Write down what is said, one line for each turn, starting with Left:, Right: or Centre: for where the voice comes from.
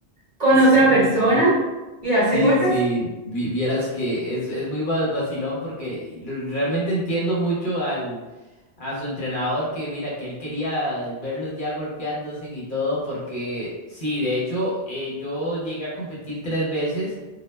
Right: con
Left: Sí.
Right: otra persona y darse
Left: Sí,
Right: golpes?
Left: sí, vi- vieras que es, es muy va- vacilón porque lo- realmente entiendo mucho al, a su entrenador que mira que él quería verlos ya golpeándose y todo porque sí, de hecho eh, yo llegué a competir tres veces.